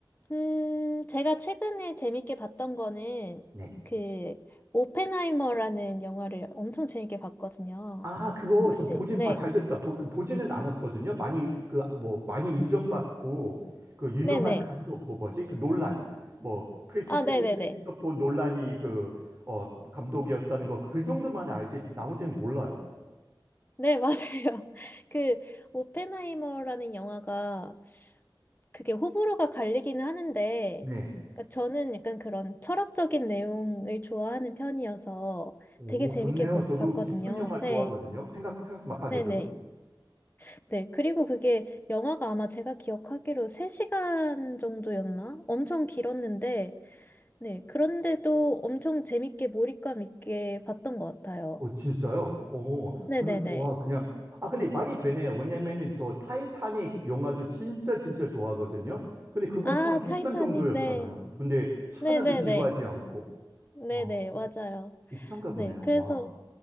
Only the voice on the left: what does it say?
음, 제가 최근에 재밌게 봤던 거는
그, 오펜하이머라는 영화를 엄청 재밌게 봤거든요.
혹시,
네.
네네.
아,
네네네.
네, 맞아요. <laughs> 그, 오펜하이머라는 영화가 그게 호불호가 갈리기는 하는데,
그러니까 저는 약간 그런 철학적인 내용을 좋아하는 편이어서
되게 재밌게
보-
봤거든요.
네,
네네.
네. 네, 그리고 그게 영화가 아마 제가 기억하기로 3시간 정도였나? 엄청 길었는데, 네. 그런데도 엄청 재밌게 몰입감 있게 봤던 것 같아요.
네네네.
아,
타이타닉,
네.
네네네.
네네,
맞아요.
네. 그래서,